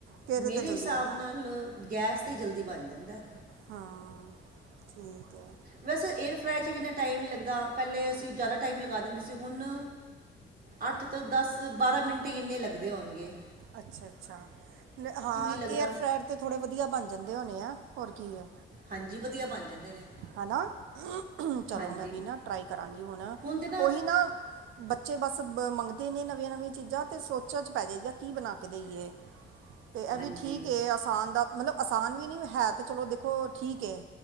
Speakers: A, on the right; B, on the right.
A: ਕਿਦੇ
B: ਮੇਰੇ
A: ਤੇ ਜਲਦੀ
B: ਹਿਸਾਬ
A: ਬਨਦਾ?
B: ਨਾਲ ਗੈਸ ਤੇ ਈ ਜਲਦੀ ਬਨ ਜਾਂਦੈ।
A: ਹਾਂ, ਠੀਕ ਐ।
B: ਵੈਸੇ ਏਅਰ ਫਰਾਈਰ ਚ ਵੀ ਏਨਾ ਟਾਈਮ ਨੀ ਲੱਗਦਾ, ਪੈਲੇ ਅਸੀਂ ਜ਼ਾਅਦਾ ਟਾਈਮ ਲਗਾ ਦਿੰਦੇ ਸੀ ਹੁਨ ਅੱਠ ਤੋਂ ਦਸ-ਬਾਰਾਂ ਮਿੰਟ ਈ ਇੰਨੇ ਲੱਗਦੇ ਹੋਨਗੇ।
A: ਅੱਛਾ-ਅੱਛਾ ਹਾਂ
B: ਲੱਗਦਾ
A: ਏਅਰ ਫਰਾਇਅਰ ਤੇ ਥੋੜੇ ਵਦੀਆ ਬਨ ਜਾਂਦੇ ਹੋਨੇ ਆ, ਹੋਰ ਕੀ ਐ।
B: ਹਾਂਜੀ, ਵਦੀਆ ਬਨ ਜਾਂਦੇ ਨੇ।
A: ਹਨਾਂ, ਚਲੋ
B: ਹਾਂਜੀ
A: ਮੈਂ ਵੀ ਨਾ ਟਰਾਈ ਕਰਾਂਗੀ ਹੁਨ
B: ਹੁਣ ਤੇ
A: ਓਹੀ ਨਾ ਬੱਚੇ ਬਸ ਮੰਗਦੇ ਨੇ ਨਵੀਆਂ-ਨਵੀਆਂਂ ਚੀਜ਼ਾਂ ਤੇ ਸੋਚਾਂ ਚ ਪੈ ਜਾਈਦਾ ਕੀ ਬਨਾ ਕੇ ਦੇਈਏ। ਤੇ ਐ
B: ਹਾਂਜੀ
A: ਵੀ ਠੀਕ ਐ ਆਸਾਨ ਦਾ ਮਤਲਬ ਆਸਾਨ ਵੀ ਨੀ ਹੈ ਤੇ ਚਲੋ ਦੇਖੋ ਠੀਕ ਐ।